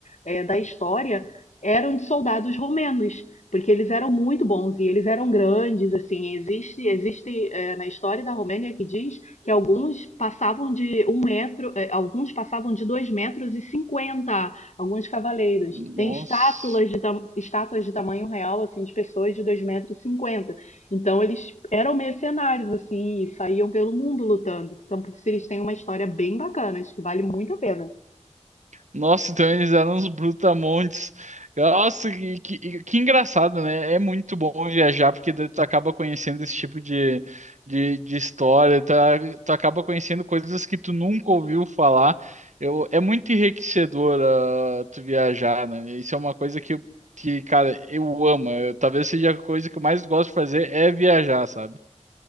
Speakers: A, on the left; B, on the right.
A: eh, da história eram de soldados romenos, porque eles eram muito bons e eles eram grandes, assim, existe, existe eh, na história da Romênia que diz que alguns passavam de um metro, eh, alguns passavam de dois metros e cinquenta alguns cavaleiros.
B: Nossa.
A: Tem estátuas de, tam- estátuas de tamanho real, assim, de pessoas de dois metros. e cinquenta Então eles eram mercenários, assim, e saíam pelo mundo lutando. Então, por isso eles têm uma história bem bacana, acho que vale muito a pena.
B: Nossa, então eles eram uns brutamontes. Nossa, que, que, que engraçado, né? É muito bom viajar, porque daí tu acaba conhecendo esse tipo de, de, de história, tu, tu acaba conhecendo coisas que tu nunca ouviu falar. Eu, é muito enriquecedor, ah, tu viajar, né? Isso é uma coisa que, eu- que, cara, eu amo. Eu- talvez seja a coisa que eu mais gosto de fazer é viajar, sabe?